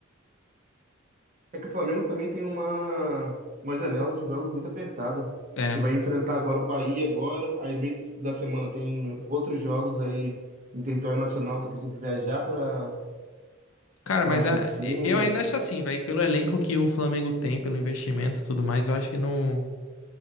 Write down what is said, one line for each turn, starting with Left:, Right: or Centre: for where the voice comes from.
Right: É que o Flamengo também tem uma, uma janela de jogos muito apertada,
Left: É.
Right: que vai enfrentar agora o Bahia agora, aí meio da semana tem outros jogos aí em território nacional, depois tem que viajar para
Left: Cara,
Right: para
Left: mas
Right: Argentina.
Left: a- eu ainda acho assim, velho. Pelo elenco que o Flamengo tem, pelo investimento e tudo mais, eu acho que não.